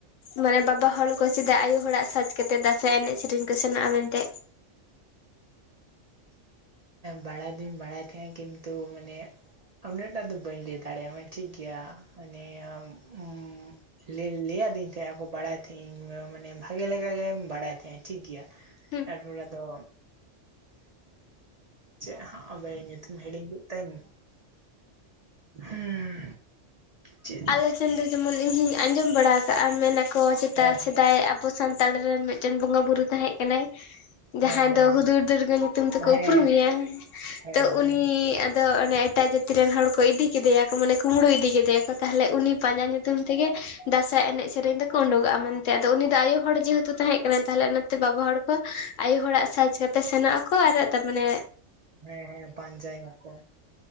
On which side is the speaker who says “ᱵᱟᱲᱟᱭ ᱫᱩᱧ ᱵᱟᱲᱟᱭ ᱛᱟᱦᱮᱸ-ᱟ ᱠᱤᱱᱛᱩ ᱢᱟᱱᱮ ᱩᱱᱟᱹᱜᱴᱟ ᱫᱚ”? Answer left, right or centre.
Right